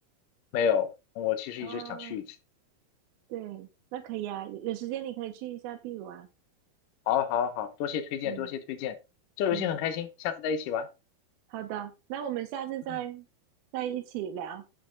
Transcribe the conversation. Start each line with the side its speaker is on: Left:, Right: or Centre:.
Left: 没有，我其实一直想去一次。
Right: 啊、对，那可以啊，有有时间你可以去一下秘鲁啊。
Left: 好啊好啊好啊，多谢推荐，
Right: 嗯
Left: 多谢推荐。这游戏很开心，
Right: 嗯，
Left: 下次再一起玩。
Right: 好的，那我们下次再
Left: 嗯。
Right: 再一起聊。